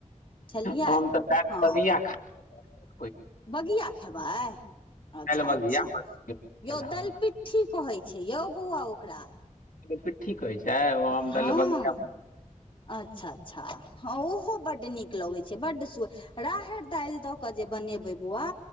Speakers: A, on the left; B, on the left.
A: छलियै
B: हम तऽ काल
A: हँ
B: बगिया खा ब
A: बगिया खेबै अच्छा
B: दालि बगिया
A: अच्छा
B: बनै छलै
A: यौ
B: हमरा
A: दलि पिट्ठी कहै छै यौ बौआ ओकरा
B: पिट्ठी कहै छै ओम
A: हँ
B: द बगीया
A: अच्छा अच्छा हँ ओहो बड नीक लगै छै बड सु राहर दाल द क बनेब बौआ